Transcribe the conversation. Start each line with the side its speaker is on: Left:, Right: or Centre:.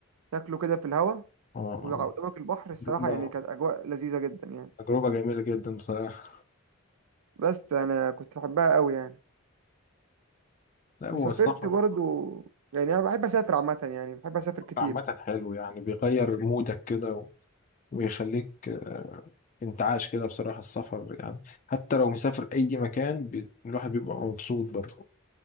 Right: تاكله كده في الهوا
Left: اه
Right: وقدامك البحر الصراحه
Left: آه.
Right: يعني كانت اجواء لذيذه جدا يعني
Left: تجربة جميلة جدا بصراحة
Right: بس انا كنت بحبها قوي يعني
Left: لا هو
Right: وسافرت
Left: السفر
Right: برضو يعني انا بحب اسافر عامه يعني بحب اسافر كتير
Left: عامة حلو يعني بيغير مودك كده ويخليك انتعاش كده بصراحة السفر يعني حتى لو مسافر أي مكان بي... الواحد بيبقى مبسوط برضه